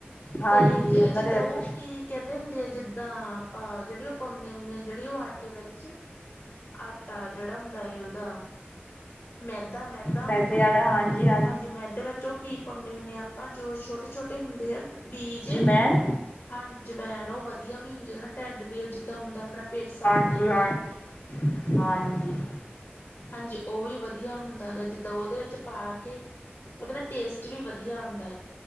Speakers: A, on the left; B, on the left.
A: ਹਾਂਜੀ
B: ਤੇ ਜ
A: ਉਹਨਾਂ
B: ਜਿੱਦਾਂ
A: ਦੇ ਵਿੱਚ
B: ਉਹ ਕਿ ਕਹਿੰਦੇ ਹੁੰਦੇ ਆ ਜਿੱਦਾਂ ਆਪਾਂ ਜਿਹੜੀ ਉਹ ਪਾਉਂਨੇ ਹੁਨੇ ਆ, ਜਿਹੜੀ ਉਹ ਆਟ ਟੇ ਵਿੱਚ ਆਟਾ ਜਿਹੜਾ ਹੁੰਦਾ ਹੈ ਉਹਦਾ ਮੈਦਾ ਮੈਦ ਦਾ
A: ਮੈਦੇ
B: ਹੁੰਦਾ
A: ਵਾਲੇ
B: ਗਾ।
A: ਹਾਂਜੀ
B: ਹਾਂਜੀ ਮੈਦੇ ਵਿੱਚ ਚੋਂ ਕੀ ਪਾਉਂਦੇ ਹੁੰਨੇ ਆ ਆਪਾਂ, ਜੋ ਛੋਟੇ-ਛੋਟੇ ਹੁੰਦੇ ਆ ਬੀਜ
A: ਜੀ ਮੈਮ
B: ਹਾਂ, ਜਵੈਨ ਉਹ ਵਦੀਆ ਵੀ ਹੁੰਦੀ ਨਾ, ਓਹਦੇ ਨਾਲ ਢਿੱਡ ਪੀੜ ਜਿੱਦਾਂ ਹੁੰਦਾ ਆਪਣਾ ਪੇਟ ਸਾਫ਼
A: ਲੈਂ
B: ਰਹਿੰਦਾ।
A: ਹਾਂਜੀ
B: ਹਾਂਜੀ, ਉਹ ਵੀ ਵਦੀਆ ਹੁੰਦਾ ਗਾ, ਜਿੱਦਾਂ ਉਹਦੇ ਵਿੱਚ ਪਾ ਕੇ ਉਹਦੇ ਨਾਲ ਟੇਸਟ ਵੀ ਵਦੀਆ ਆਉਂਦਾ ਏ।